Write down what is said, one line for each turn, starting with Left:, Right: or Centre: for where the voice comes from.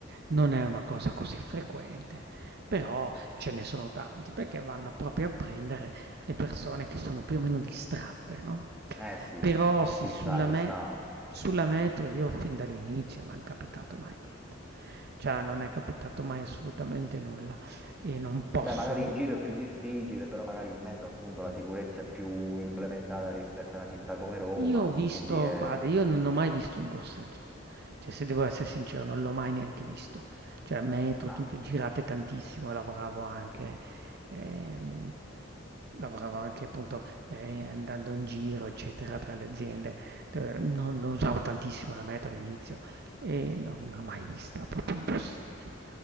Right: Non è una cosa così frequente, però ce ne sono tanti perché vanno proprio a prendere le persone che sono più o meno distratte, no?
Centre: Eh sì,
Right: Però sì,
Centre: ci
Right: sulla,
Centre: sta, ci
Right: me-
Centre: sta.
Right: sulla metro io fin dall'inizio mi è capitato mai niente, cioè non è capitato mai assolutamente nulla e non posso,
Centre: Beh, magari in giro è più difficile, però magari in metro appunto la sicurezza è più implementata rispetto a una città come Roma,
Right: Io ho visto,
Centre: quindi è...
Right: guarda, io non ho mai visto un borseggio, cioè se devo essere sincero non l'ho mai neanche visto, cioè metro,
Centre: Ah,
Right: tutto, girate tantissimo, e lavoravo anche, ehm, lavoravo anche appunto eh, andando in giro, eccetera, tra le aziende, Eh, non, non usavo tantissimo la metro all'inizio e non, non l'ho mai vista, proprio un borseggio.